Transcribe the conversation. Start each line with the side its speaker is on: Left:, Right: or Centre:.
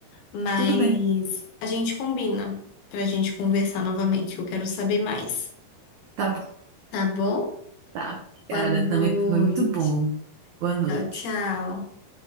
Left: mas
Right: tudo bem.
Left: a gente combina para a gente conversar novamente. Eu quero saber mais,
Right: Tá
Left: tá bom?
Right: Tá, cara,
Left: Boa noite.
Right: também foi muito bom. Boa noite.
Left: Tchau, tchau.